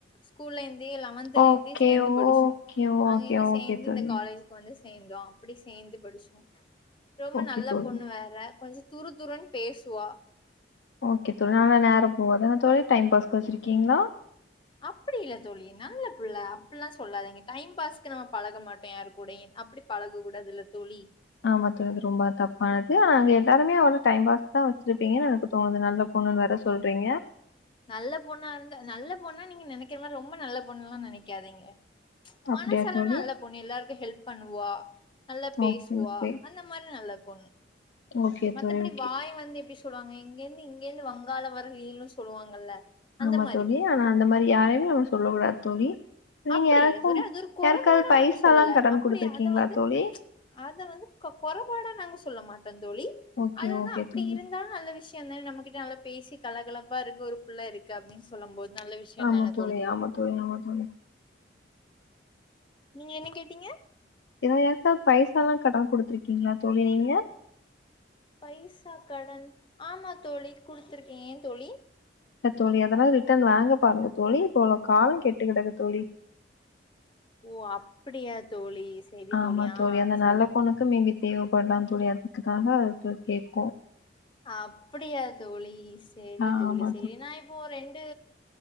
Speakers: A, on the left; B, on the left.
A: ஸ்கூல்லயிந்தே லெவன்த்துலயிருந்தே
B: ஓகே,
A: சேந்து படிச்சோ
B: ஓகே,
A: அங்கயிந்து
B: ஓகே, ஓகே
A: சேந்து
B: தோழி.
A: இந்த காலேஜுக்கு வந்து சேந்தோ அப்புடி சேந்து படுச்சோ ரொம்ப
B: ஓகே
A: நல்லா
B: தோழி.
A: பொண்ணு வேற கொஞ்சொ துருதுருன்னு பேசுவா
B: ஓகே தோழா நல்ல நேரம் போக தொழில் டைம் பாஸ் வச்சிருக்கீங்களா
A: அப்படி இல்ல தோழி நல்ல புள்ள அப்படில்லாம் சொல்லாதீங்க டைம் பாஸ்க்கு நாம பழக மாட்டோம் யாரு கூடயும் அப்படி பழக கூடாதுல தோழி
B: ஆமா தோணுது ரொம்ப தப்பானது ஆனா அங்க எல்லாருமே அவள டைம் பாஸ் தான் வச்சிருப்பீங்கன்னு எனக்கு தோணுது நல்ல பொண்ணுன்னு வேற சொல்றீங்க
A: நல்ல பொண்ணா இருந்த நல்ல பொண்ணா நீங்க நெனைக்கிற மாரி ரொம்ப நல்ல பொண்ணுல்லா நெனைக்காதிங்க
B: அப்படியா
A: மனசளவு
B: தோழி?
A: நல்ல பொண்ணு எல்லாருக்கு ஹெல்ப் பண்ணுவா நல்லா பேசுவா
B: ஓகே ஓகே
A: அந்த மாரி நல்ல பொண்
B: ஓகே
A: மத்தபடி
B: தோழி ஓகே
A: வாய் வந்து எப்படி சொல்லுவாங்க இங்கிருந்து இங்கிருந்து வங்காளம் வர நீலும்னு சொல்லுவாங்கல்ல அந்த
B: ஆமா
A: மாரி.
B: தோழி ஆனா அந்த மாதிரி யாரையுமே நம்ம சொல்ல கூடாது தோழி நீங்க
A: அப்படி
B: யாருக்கும்
A: சரி அது ஒரு குறைபாடா
B: யாருக்காவது பைசால்லா
A: நாங்க சொல்லல
B: கடன்
A: அப்படி
B: குடுத்துருக்கீங்களா
A: அத வந்து
B: தோழி
A: அத வந்து குறைபாடா நாங்க சொல்ல மாட்டோம் தோழி
B: ஓகே
A: அது வந்து
B: ஓகே
A: அப்படி
B: தோழி
A: இருந்தாலும் அ நல்ல விஷயம் தானே நம்மகிட்ட நல்லா பேசி கலகலப்பா இருக்கு ஒரு பிள்ளை இருக்கு அப்படின்னு சொல்லும் போது நல்ல விஷயோ
B: ஆமா
A: தானே
B: தோழி ஆமா தோழி ஆமா தோழி
A: நீங்க என்ன கேட்டீங்க
B: ல்ல யாருக்காவது பைசா எல்லாம் கடன் குடுத்துருக்கீங்களா தோழி நீங்க
A: பைசா கடன் ஆமா தோழி குடுத்துருக்கேன் ஏன் தோழி
B: தோழி அதனால ரிட்டர்ன் வாங்க பாருங்க தோழி இப்பல காலம் கெட்டு கிடக்கு தோழி
A: ஓ அப்படியா தோழி சரி
B: ஆமா தோழி
A: ஆ
B: அந்த
A: சரி
B: நல்ல பொண்ணுக்கு
A: தோழி
B: மேபி தேவைப்படலான் விளையாட்டு க்கு தாங்க அது கேட்கோம்
A: அப்படியா தோழி சரி
B: ஆ
A: தோழி
B: ஆமா
A: சரி நான் இப்போ ரெண்டு